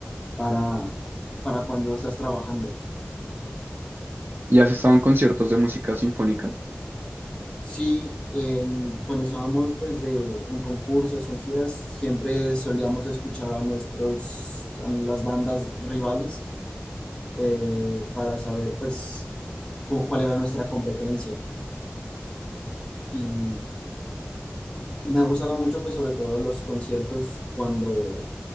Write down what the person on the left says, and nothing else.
para, para cuando estás trabajando.
Sí, en- cuando estábamos pues de, en concursos o en giras, siempre solíamos escuchar a nuestros, a las bandas rivales eh, para saber pues cu- cuál era nuestra competencia. Y, y me ha gustado mucho pues sobre todo los conciertos cuando